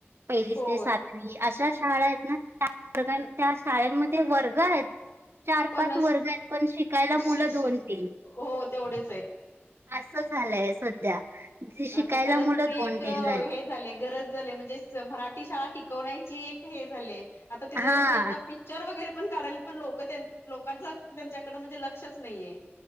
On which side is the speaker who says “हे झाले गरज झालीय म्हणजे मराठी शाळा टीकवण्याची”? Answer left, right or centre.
Left